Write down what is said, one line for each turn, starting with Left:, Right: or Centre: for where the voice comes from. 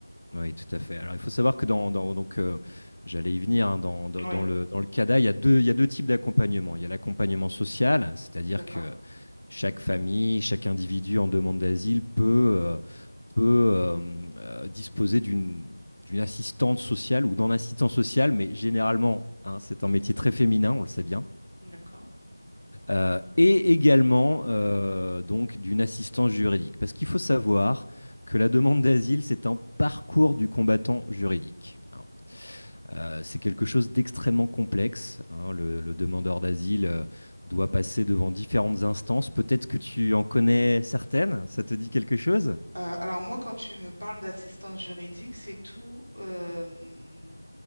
Left: Oui, tout à fait. Alors il faut savoir que dans, dans- donc euh, j'allais y venir hein, dans, dans-
Right: Oui,
Left: dans le dans le CADA, il y a deux il y a deux types d'accompagnement. Il y a l'accompagnement social, c'est-à-dire
Right: d'accord,
Left: que chaque famille, chaque individu en demande d'asile peut euh, peut euh, euh, disposer d'une d'une assistante sociale ou d'un assistant social, mais généralement, hein, c'est un métier très féminin, on le sait bien,
Right: d'accord.
Left: Euh, et également euh, donc d'une assistance juridique. Parce qu'il faut savoir que la demande d'asile, c'est un parcours du combattant juridique. hein. Euh, c'est quelque chose d'extrêmement complexe. hein. Le, le demandeur d'asile euh, doit passer devant différentes instances. Peut-être que tu en connais certaines, ça te dit quelque chose?
Right: Euh, alors moi, quand tu me parles d'assistance juridique, c'est tout euh,